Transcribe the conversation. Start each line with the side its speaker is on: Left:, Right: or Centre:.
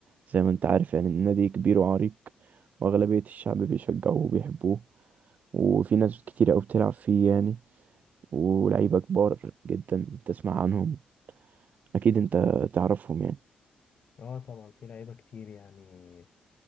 Right: زي ما انت عارف يعني النادي كبير وعريق وأغلبية الشعب بيشجعوه وبيحبوه وفي ناس كتير أوي بتلعب فيه يعني ولعيبة كبار جدا تسمع عنهم أكيد انت تعرفهم يعني
Left: اه طبعا في لعيبة كتير يعني